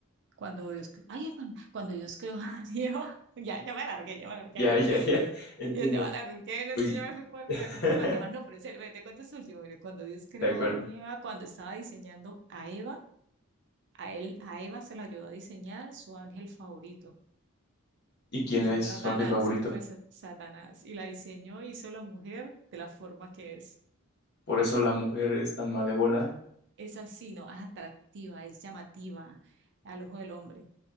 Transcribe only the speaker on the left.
Ya,
ya,
ya, entiendo.
Pues,
<laughs>
de acuerdo.
¿Y quién
es
su ángel favorito?
Por eso la mujer es tan malévola